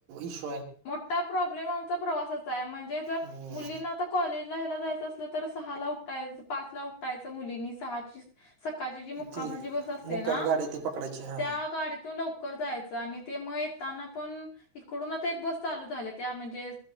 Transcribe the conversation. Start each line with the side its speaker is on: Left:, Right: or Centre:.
Right: इशू
Left: मोठा प्रॉब्लेम आमचा प्रवासाचा आहे, म्हणजे जर
Right: हम्म,
Left: मुलींना आता कॉलेजला ह्यायला जायचं असलं तर, सहाला उठायचं पाचला उठायचं मुलींनी सहाचीस सकाळची जी मुक्कामाची
Right: ती
Left: बस असते
Right: मुक्काम
Left: ना,
Right: गाडी ती पकडायची हां
Left: त्या गाडीतून लवक कर जायच आणि ते म त्यांना पण इकडूनच. थ एक बस चालू झाली त्या म्हणजे